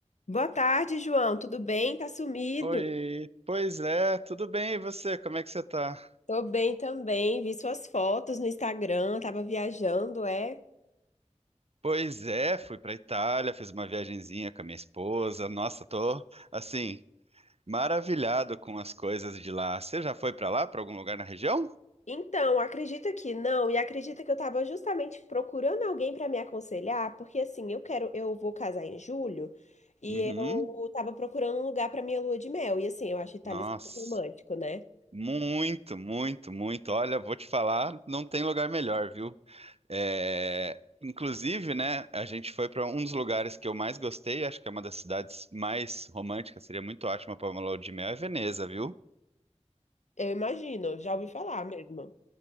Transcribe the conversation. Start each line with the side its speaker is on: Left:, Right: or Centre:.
Left: Boa tarde, João. Tudo bem? Tá sumido?
Right: Oi, pois é, tudo bem, e você? Como é que você tá?
Left: Tô bem também. Vi suas fotos no Instagram, tava viajando, é?
Right: Pois é, fui pra Itália, fiz uma viagenzinha com a minha esposa. Nossa, tô assim, maravilhado com as coisas de lá. Você já foi pra lá, pra algum lugar na região?
Left: Então, acredita que não, e acredita que eu tava justamente procurando alguém pra me aconselhar, porque assim, eu quero, eu vou casar em julho e
Right: Uhum.
Left: eu tava procurando um lugar pra minha lua de mel. E assim, eu acho Itália
Right: Nossa,
Left: super romântico, né?
Right: muito, muito, muito. Olha, vou te falar, não tem lugar melhor, viu? É, Inclusive, né, a gente foi para um dos lugares que eu mais gostei, acho que é uma das cidades mais românticas, seria muito ótima para uma lua de mel, é Veneza, viu?
Left: Eu imagino, já ouvi falar mesmo.